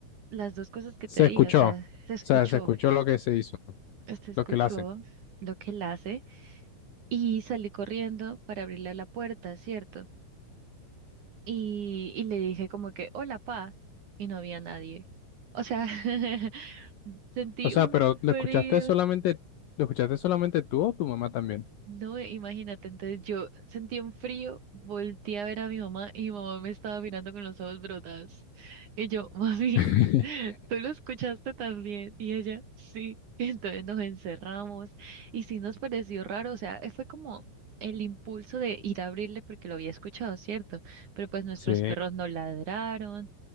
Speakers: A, on the right; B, on the left.
A: las dos cosas que
B: Se
A: te dije,
B: escuchó.
A: o sea,
B: O
A: se escuchó,
B: sea, se escuchó lo que se hizo,
A: se escuchó
B: lo que él hace.
A: lo que él hace. Y salí corriendo para abrirle la puerta, ¿cierto? Y, y le dije como que, hola, pa, y no había nadie. O sea, <laughs> sentí
B: O sea,
A: un
B: pero ¿lo
A: frío.
B: escuchaste solamente, lo escuchaste solamente tú o tu mamá también?
A: No, eh, imagínate, entonces yo sentí un frío, volteé a ver a mi mamá y mi mamá me estaba mirando con los ojos brotados. Y yo, mami,
B: <laughs>
A: <laughs> ¿tú lo escuchaste también? Y ella, sí. <laughs> Y entonces nos encerramos y sí nos pareció raro, o sea, eh, fue como el impulso de ir a abrirle porque lo había escuchado, ¿cierto? Pero pues nuestros
B: Sí,
A: perros no ladraron,